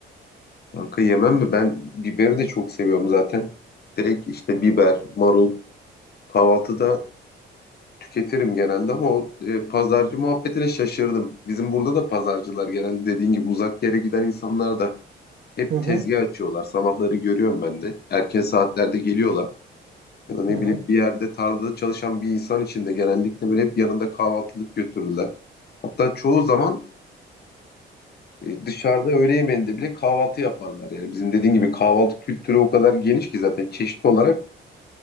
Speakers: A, on the left (about 55°); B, on the right (about 65°).
A: kanka yemem mi? Ben biberi de çok seviyorum zaten. Direkt işte biber, marul kahvaltıda tüketirim genelde ama o e, pazarcı muhabbetine şaşırdım. Bizim burada da pazarcılar genelde dediğin gibi uzak yere giden insanlar da Hep
B: Hı hı.
A: tezgah açıyorlar. Sabahları görüyorum ben de. Erken saatlerde geliyorlar. Ya da ne
B: Hı hı.
A: bileyim bir yerde tarlada çalışan bir insan için de genellikle böyle hep yanında kahvaltılık götürürler. Hatta çoğu zaman e, dışarıda öğle yemeğinde bile kahvaltı yaparlar. Yani bizim dediğin gibi kahvaltı kültürü o kadar geniş ki zaten çeşitli olarak